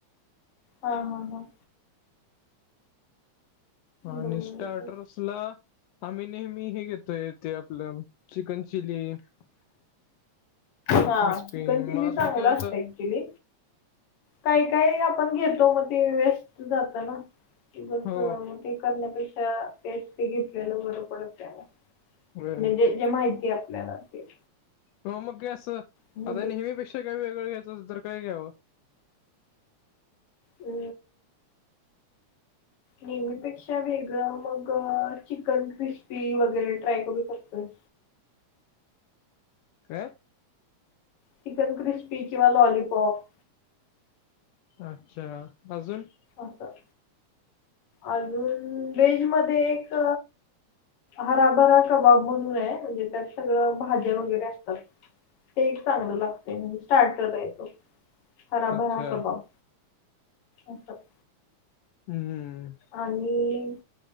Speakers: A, on the left; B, on the left.
A: हा हा हा!
B: आणि
A: बरोबर
B: स्टार्टर्स ला! आम्ही नेहमी हे घेतोय ते आपलं चिकन चिली. किंवा
A: हा
B: क्रिस्पी
A: चिकन
B: मआजून
A: चांगलं
B: काय आता.
A: असतं चिली काही काही आपण घेतो म ते वेस्ट जात ना. ते बस
B: हो
A: मग ते करण्यापेक्षा तेच ते घेतलेलं बरं पडत त्याला.
B: व्हय
A: म्हणजे जे माहिती हे आपल्याला ते.
B: हो मग काय असं,
A: म्हणजे
B: आता नेहमीपेक्षा काही वेगळं घ्यायंच तर काय घ्यावं?
A: अ! नेहमीपेक्षा वेगळं मग चिकन क्रिस्पी वगैरे ट्राय करू शकतोस.
B: काय?
A: चिकन क्रिस्पी किंवा लॉलीपॉप.
B: अच्छा अजून.
A: असं. अजून व्हेज मध्ये एक हराभरा कबाब म्हणून आहे. म्हणजे त्यात सगळं भाज्या वगैरे असतात. ते एक चांगलं लागतेय म्हणजे स्टार्टरं टाईप. हराबरा
B: अच्छा
A: कबाव असं.
B: हूं!
A: आणि